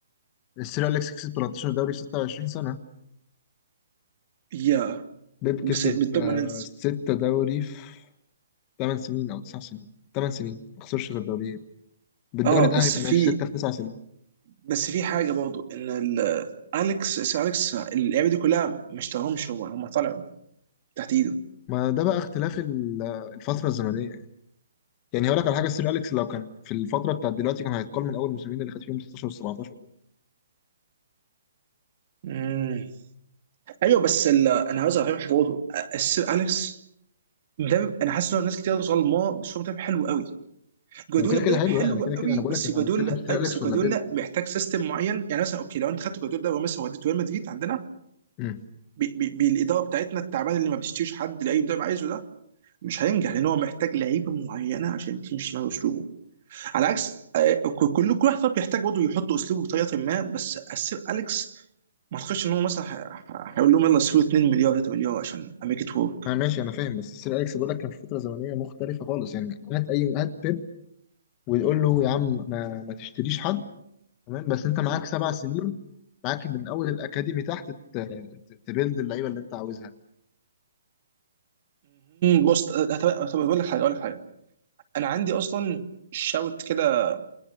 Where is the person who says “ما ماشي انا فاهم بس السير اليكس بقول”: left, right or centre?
Left